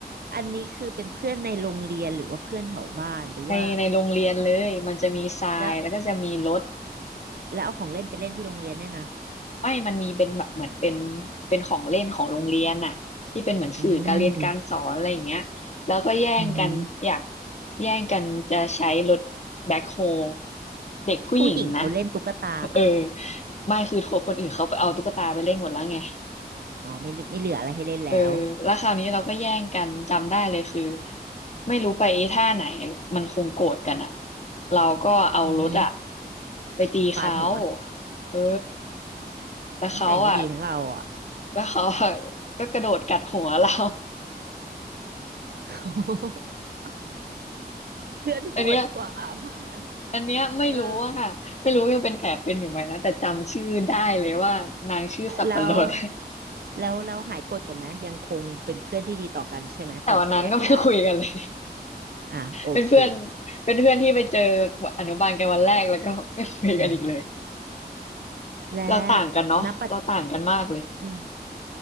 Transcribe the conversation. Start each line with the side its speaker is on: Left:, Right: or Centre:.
Right: อันนี้คือเป็นเพื่อนในโรงเรียนหรือว่าเพื่อนแถวบ้านหรือว่า
Left: ในในโรงเรียนเลยมันจะมีทรายแล้วก็จะมีรถ
Right: แล้วแล้วเอาของเล่นไปเล่นที่โรงเรียนเนี่ยนะ
Left: ไม่มันมีเป็นแบบเหมือนเป็นเป็นของเล่นของโรงเรียนน่ะที่เป็นเหมือนสื่อการเรียนการสอนอะไรอย่างเงี้ยแล้วก็แย่งกันอยาก
Right: อืมอือหือ
Left: แย่งกันจะใช้รถแบ็คโฮเด็กผู้หญิงนะ
Right: ผู้หญิงเขาเล่นตุ๊กตาปะ
Left: เออไม่คือทัวคนอื่นเขาไปเอาตุ๊กตาไปเล่นหมดแล้วไง
Right: อ๋อไม่ไม่เหลืออะไรให้เล่นแล้ว
Left: เออแล้วคราวนี้เราก็แย่งกันจำได้เลยคือไม่รู้ไปไอ้ท่าไหนมันคงโกรธกันอะเราก็เอารถอะ
Right: อือหือ
Left: ไปตีเขา
Right: ฟาดหัว
Left: เออแต่เขาอะ
Right: นิสัยไม่ดีทั้งเราอ่ะ
Left: แล้วเขาอะก็กระโดดกัดหัวเรา
Right: <laughs> เพื่อนโหดกว่าว่างั้น
Left: <laughs> อันเนี้ยอันเนี้ยไม่รู้ว่าไม่รู้ยังเป็นแผลเป็นอยู่ไหมนะแต่จำชื่อได้เลยว่านางชื่อสับปะรด
Right: เออแล้วแล้วเราหายโกรธกันไหมยังคงเป็นเพื่อนที่ดีต่อกันใช่ไหมก่อนจะแยกย้าย
Left: <laughs> แต่วันนั้นก็ไม่คุยกันเลย
Right: อ่ะโอเค
Left: <laughs> เป็นเพื่อนเป็นเพื่อนที่ไปเจออนุบาลกันวันแรกแล้วก็ไม่คุยกันอีกเลย
Right: อืมและ
Left: เราต่างกันเนาะเราต่างกันมากเลย
Right: ณปัจอืม